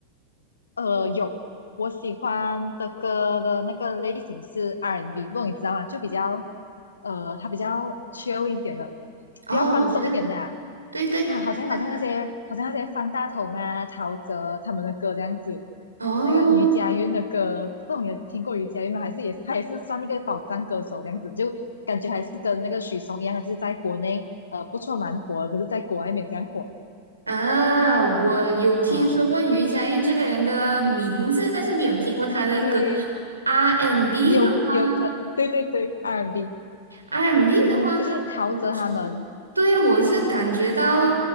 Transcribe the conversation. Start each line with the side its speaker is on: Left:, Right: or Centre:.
Left: 呃，有，我喜欢的歌的那个类型是 R&B，不，你知道吗？就比较，呃，它比较 chill 一点的，
Right: 哦，
Left: 比较放松一点的啊。
Right: 我知道，对对，
Left: 啊好像好像那些好像那些方大同啊、
Right: 我知道。
Left: 陶喆他们的歌这样子，
Right: 哦，
Left: 那个余佳运的歌，不懂你有听过余佳运吗？还是也他也是算一个宝藏歌手这样子，就感觉还是跟那个许嵩一样，的，就是在国内呃不错蛮火的，可是在国外没有这样火
Right: 啊，我有听说过于佳韵这个人的名字，
Left: 啊。
Right: 但是没有听过他的歌。
Left: 对，
Right: R&B and B
Left: 有有可，
Right: 的话
Left: 对对对，R&B。
Right: ，R&B and B 的话，
Left: 就是陶喆他们
Right: 我对，我是感觉到